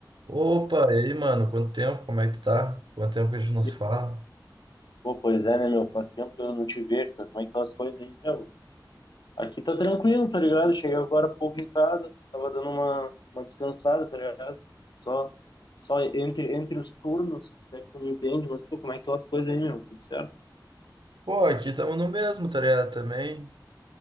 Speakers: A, on the right (about 85°); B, on the left (about 65°).
A: Opa, e aí, mano? Quanto tempo? Como é que tu tá? Quanto tempo que a gente não
B: E,
A: se fala?
B: Pô, pois é, né, meu? Faz tempo que eu não te vejo, cara. Como é que estão as coisas aí, meu? Aqui tá tranquilo, tá ligado? Cheguei agora há pouco em casa, tava dando uma, uma descansada, tá ligado? Só, só entre, entre os turnos, é que tu me entende, mas, pô, como é que estão as coisas aí, meu? Tudo certo?
A: Pô, aqui estamos no mesmo, tá ligado? Também